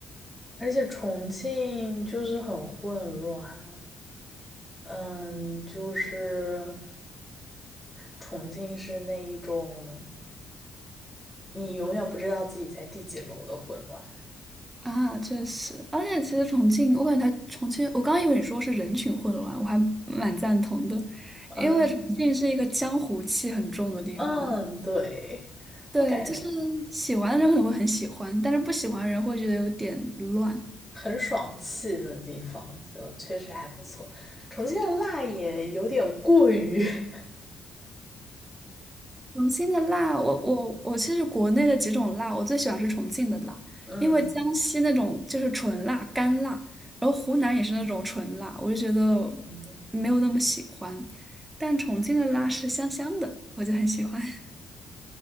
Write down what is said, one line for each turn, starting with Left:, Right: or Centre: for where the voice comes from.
Centre: 而且重庆就是很混乱，嗯，就是重庆是那一种你永远不知道自己在第几楼的混乱，
Right: 啊，确实。而且其实重庆，我感觉它重庆，我刚刚以为你说是人群混乱，我还蛮赞同的，因为重庆是一个江湖气很重的地方。
Centre: 嗯嗯，对，
Right: 对，
Centre: 我感觉
Right: 就是喜欢的人可能会很喜欢，但是不喜欢的人会觉得有点乱。
Centre: 很爽气的地方就确实还不错，重庆的辣也有点过于，<laughs>
Right: 重庆的辣，我我我其实国内的几种辣，我最喜欢是重庆的辣，
Centre: 嗯
Right: 因为江西那种就是纯辣、干辣，然后湖南也是那种纯辣，我就觉得
Centre: 嗯。
Right: 没有那么喜欢。但重庆的辣是香香的，我就很喜欢。<laughs>